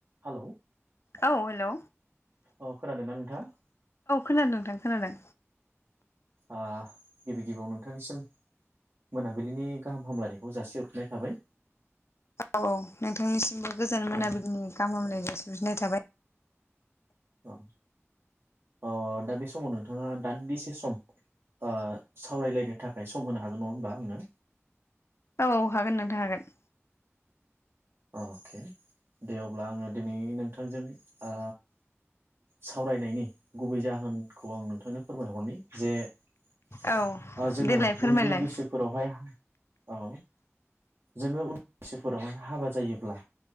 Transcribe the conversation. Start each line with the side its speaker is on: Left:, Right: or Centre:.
Right: Hello
Left: औ hello औ
Right: अ खोनादोंना नोंथाङा
Left: खोनादों नोंथां खोनादों
Right: ओ गिबि गिबियाव नोंथांनिसिम मोनाबिलिनि गाहाम हामलायनायखौ जासिहरफिनाय थाबाय
Left: औ औ नोंथांनि सिमबो गोजान
Right: अ
Left: मोनाबिलिनि गाहाम हामलायनाय जासि <unintelligible> थाबाय
Right: औ अ दा बे समाव नोंथाङा दान्दिसे सम ओ सावरायलायनो थाखाय सम होनो हागोन नङा होमबा आंनो?
Left: औ हागोन नोंथां हागोन।
Right: अ के दे अब्ला आङो दिनै नोंथांजों ओ सावरायनायनि गुबै जाहोनखौ आं नोंथांनो फोरमायहरनि जे ओ
Left: औ
Right: जोङो
Left: देलाय फोरमायलाय।
Right: उन्दै बैसोफोरावहाय औ जोङो उनैसोफोरावहाय हाबा ज जायोब्ला